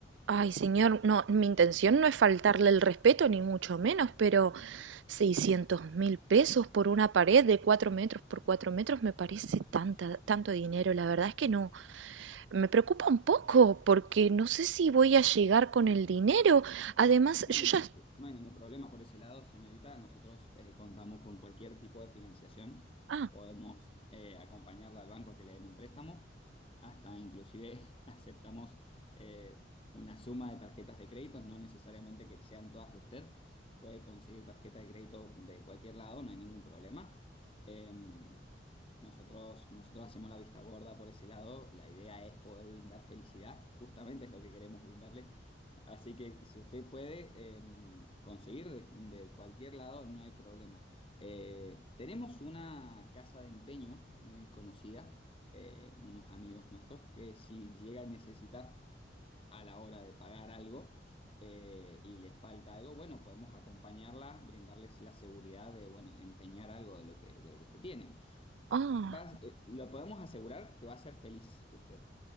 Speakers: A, on the right; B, on the left.
A: Ay, señor, no, mi intención no es faltarle el respeto, ni mucho menos, pero seiscientos mil pesos por una pared de 4 metros por 4 metros me parece tanta, tanto dinero. La verdad es que no. Me preocupa un poco porque no sé si voy a llegar con el dinero. Además,
B: No
A: yo
B: hay ningún,
A: ya...
B: no hay ningún problema por ese lado, señorita. Nosotros eh, contamos con cualquier tipo de financiación.
A: Ah,
B: Podemos eh, acompañarla al banco a que le den un préstamo. Hasta inclusive <laughs> aceptamos eh, una suma de tarjetas de crédito, no necesariamente que sean todas de usted. Puede conseguir tarjeta de crédito de cualquier lado, no hay ningún problema. Eh, nosotros, nosotros hacemos la vista gorda por ese lado. La idea es poder brindar felicidad. Justamente es lo que queremos brindarle. Así que si usted puede eh, conseguir de, de cualquier lado, no hay problema. Eh, tenemos una casa de empeño muy conocida, eh, unos amigos nuestros, que si llega a necesitar a la hora de pagar algo eh, y le falta algo, bueno, podemos acompañarla, brindarles la seguridad de, bueno, empeñar algo de lo que, de lo que usted tiene.
A: ah.
B: Va a- eh, lo podemos asegurar que va a ser feliz usted.